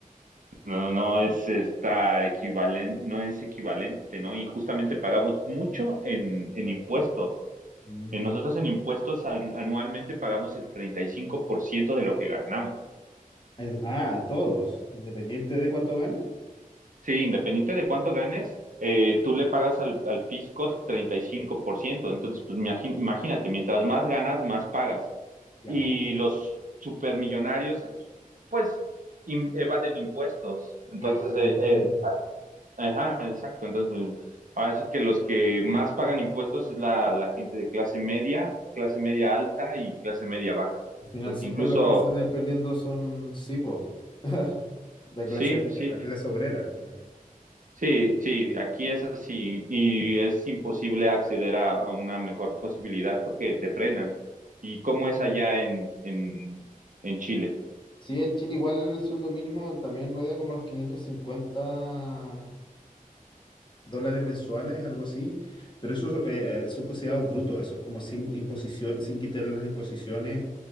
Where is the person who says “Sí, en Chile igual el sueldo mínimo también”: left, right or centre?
Left